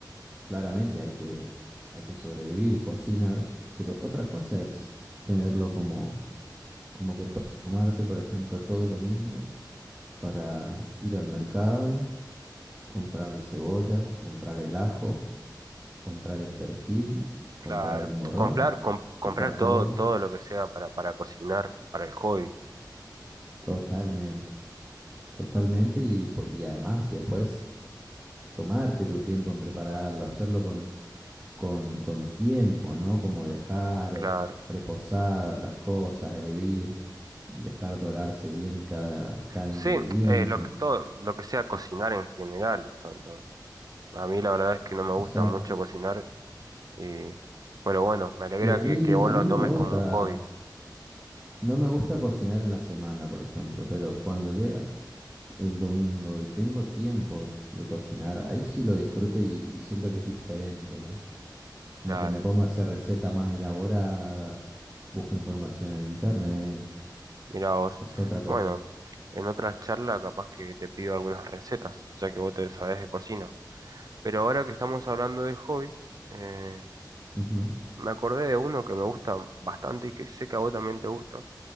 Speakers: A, on the right; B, on the right.
A: claramente hay que, hay que sobrevivir y cocinar, pero otra cosa es tenerlo como, como que to- tomarte, por ejemplo, todo el domingo para ir al mercado, comprar las cebollas, comprar el ajo. comprar el perejil, comprar
B: Claro,
A: el morrón,
B: comprar, com- comprar
A: picar todo,
B: todo, todo lo que sea para, para cocinar, para el hobby,
A: totalmente, totalmente y, po- y además después tomarte tu tiempo en prepararlo, hacerlo con, con, con tiempo, ¿no? Como dejar
B: claro.
A: eh, reposar las cosas, hervir, dejar dorarse bien cada, cada
B: Sí,
A: ingrediente.
B: eh, lo que todo, lo que sea cocinar en general, tanto. A mí la verdad es que no me gusta
A: Exacto.
B: mucho cocinar, y, pero bueno, me alegra
A: Y a
B: que,
A: mí,
B: que vos
A: a
B: lo
A: mí no
B: tomes
A: me gusta,
B: como un hobby,
A: no me gusta cocinar en la semana, por ejemplo, pero cuando llega... el domingo y tengo tiempo de cocinar, ahí sí lo disfruto y, y siento que es diferente, ¿no? Como
B: claro.
A: que me pongo a hacer recetas más elaboradas, busco información en internet,
B: Mira vos.
A: es otra cosa.
B: Bueno, en otra charla capaz que te pido algunas recetas, ya que vos te sabés de cocina. Pero ahora que estamos hablando de hobbies, eh,
A: Ujú.
B: me acordé de uno que me gusta bastante y que sé que a vos también te gusta